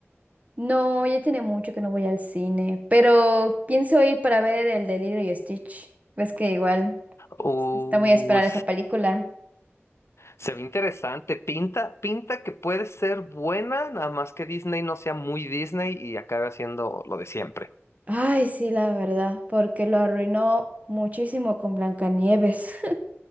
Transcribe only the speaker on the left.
Uh,
se ve interesante. Pinta, pinta que puede ser buena, nada más que Disney no sea muy Disney y acabe haciendo lo de siempre.